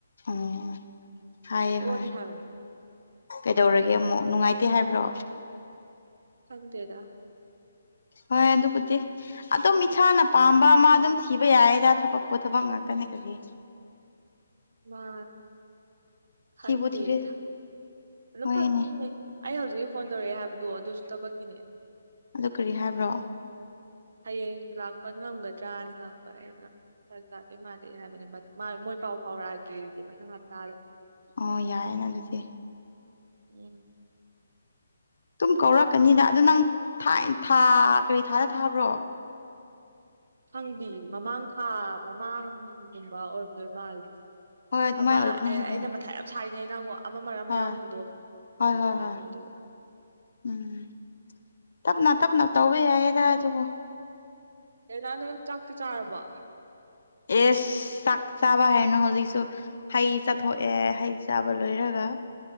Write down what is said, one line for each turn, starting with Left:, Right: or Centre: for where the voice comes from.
Left: ꯎꯝ ꯍꯥꯏꯌꯦ
Right: ꯑꯣꯅꯤ
Left: ꯍꯣꯏ
Right: ꯍꯥꯏꯕꯅꯤ
Left: ꯀꯩꯗꯧꯔꯒꯦ ꯑꯃꯨꯛ ꯅꯨꯡꯉꯥꯏꯇꯦ ꯍꯥꯏꯕ꯭ꯔꯣ
Right: ꯐꯪꯗꯦꯗ
Left: ꯍꯣꯏ ꯑꯗꯨꯕꯨꯗꯤ ꯑꯗꯨꯝ ꯏꯁꯥꯅ ꯄꯥꯝꯕ ꯑꯃ ꯑꯗꯨꯝ ꯊꯤꯕ ꯌꯥꯏꯗ ꯊꯕꯛꯄꯨ ꯊꯕꯛ ꯉꯥꯛꯇꯅꯤ ꯀꯒꯤ
Right: ꯃꯥ ꯈꯒꯦꯗ
Left: ꯊꯤꯕꯨ ꯊꯤꯔꯦ
Right: ꯑꯗꯨꯝ
Left: ꯍꯣꯏꯅꯦ
Right: ꯐꯪꯅꯤ ꯑꯩ ꯍꯧꯖꯤꯛꯀꯤ ꯐꯣꯟ ꯇꯧꯔꯛꯑꯦ ꯍꯥꯏꯕꯗꯣ ꯑꯗꯨꯁꯨ ꯊꯕꯛꯀꯤꯅꯦ
Left: ꯑꯗꯨ ꯀꯔꯤ ꯍꯥꯏꯕ꯭ꯔꯣ
Right: ꯍꯌꯦꯡ ꯂꯥꯛꯄ ꯉꯝꯒꯗ꯭ꯔꯥꯅ ꯍꯥꯛꯄ ꯑꯩꯅ ꯆꯔ ꯆꯥꯗꯦ ꯃꯥꯗꯦ ꯍꯥꯏꯕꯅꯤ ꯃꯣꯏ ꯄꯥꯎ ꯐꯥꯎꯔꯛꯑꯒꯦ ꯃꯊꯪ ꯍꯞꯇꯥꯗ
Left: ꯑꯣ ꯌꯥꯏꯦꯅꯦ ꯑꯗꯨꯗꯤ
Right: ꯎꯝ
Left: ꯇꯨꯝ ꯀꯧꯔꯛꯀꯅꯤꯅ ꯑꯗꯨ ꯅꯪꯥꯏ ꯊꯥ ꯀꯔꯤ ꯊꯥꯗ ꯊꯥꯕ꯭ꯔꯣ
Right: ꯍꯪꯕꯤ ꯃꯃꯥꯡ ꯊꯥ ꯃꯃꯥꯡꯒꯨꯝꯕ ꯑꯣꯏꯔꯝꯗꯣꯏ ꯃꯥꯜꯂꯦ
Left: ꯍꯣꯏ ꯑꯗꯨꯃꯥꯏꯅ
Right: ꯑꯃ
Left: ꯑꯣꯏꯕꯅꯦ
Right: ꯑꯦ
Left: ꯍꯥꯏꯗ
Right: ꯑꯩꯅ ꯃꯊꯥ ꯌꯥꯝ ꯁꯥꯔꯤꯉꯩ ꯀꯥꯡꯕꯨ ꯑꯃ ꯃꯔꯛ ꯑꯃ
Left: ꯍꯣꯏ
Right: ꯌꯥꯎꯈꯤꯕꯗꯣ
Left: ꯍꯣꯏ
Right: ꯑꯗꯨ
Left: ꯍꯣꯏ
Right: ꯀꯥꯟꯗ
Left: ꯍꯣꯏ
Right: ꯑꯣꯏꯗꯕ
Left: ꯎꯝ ꯇꯞꯅ ꯇꯞꯅ ꯇꯧꯕ ꯌꯥꯏꯌꯦꯗ ꯑꯗꯨꯕꯨ
Right: ꯑꯦ ꯅꯍꯥꯟ ꯑꯗꯨꯝ ꯆꯥꯛꯇꯤ ꯆꯥꯔꯕ
Left: ꯑꯦꯁ ꯆꯥꯛ ꯆꯥꯕ ꯍꯥꯏꯅꯣ ꯍꯧꯖꯤꯛꯁꯨ ꯍꯩ ꯆꯥꯊꯣꯛꯑꯦ ꯍꯩ ꯆꯥꯕ ꯂꯣꯏꯔꯒ